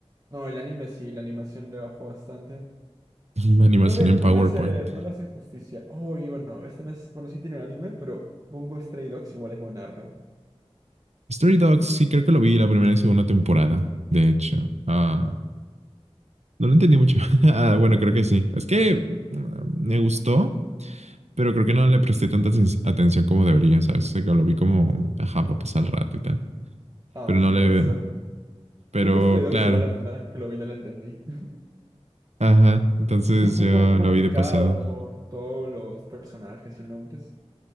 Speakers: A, on the right (about 35°); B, on the right (about 80°).
A: No, el anime sí, la animación le bajó bastante.
B: <laughs> animación
A: No le,
B: en
A: no
B: PowerPoint.
A: le hace, no le hace justicia. Oh, y bueno, este no es. Bueno, sí tiene un anime, pero Bungo Stray Dogs igual es buenardo.
B: Story Dogs, sí, creo que lo vi la primera y segunda temporada, de hecho. Ah, No lo entendí mucho. <laughs> Ah, bueno, creo que sí. Es que mm, me gustó, pero creo que no le presté tanta aten- atención como debería, ¿sabes? O sea, que lo vi como, ajá, para pasar el rato y tal.
A: Ah,
B: Pero no
A: sí,
B: le...
A: puede ser.
B: Pero
A: Bungo Stray Dogs
B: claro,
A: igual la primera vez que lo vi no lo entendí. <laughs>
B: ajá. Entonces
A: Es un poco
B: yo
A: complicado
B: lo vi de pasada.
A: por todos los personajes y nombres.